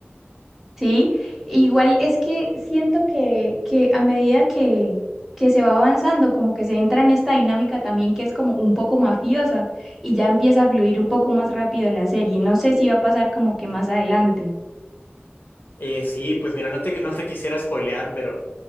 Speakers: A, in the centre; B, on the left (about 50°).
A: sí, igual es que siento que, que a medida que, que se va avanzando, como que se entra en esta dinámica también que es como un poco mafiosa y ya empieza a fluir un poco más rápido la serie. No sé si va a pasar como que más adelante.
B: Eh, sí, pues mira, no te, no te quisiera spoilear, pero,